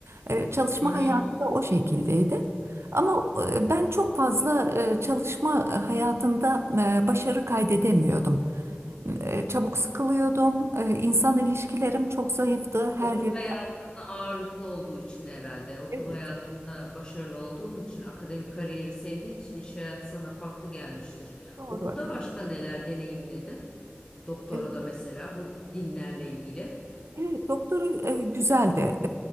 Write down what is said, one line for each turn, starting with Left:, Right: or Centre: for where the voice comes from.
Right: E, Çalışma
Left: Hı hı.
Right: hayatı da o şekildeydi. Ama e, ben çok fazla e, çalışma hayatında e, başarı kaydedemiyordum. E, Çabuk sıkılıyordum. E, İnsan ilişkilerim çok zayıftı her
Left: Okul
Right: yön.
Left: hayatında ağırlıklı olduğu için herhalde. Okul
Right: Evet,
Left: hayatında başarılı olduğun için, akademik kariyeri sevdiğin için iş hayatı sana farklı gelmiştir.
Right: doğru.
Left: Okulda başka neler deneyimledin? Doktora
Right: Evet.
Left: da mesela bu dinlerle ilgili.
Right: Evet, doktoru e, güzeldi.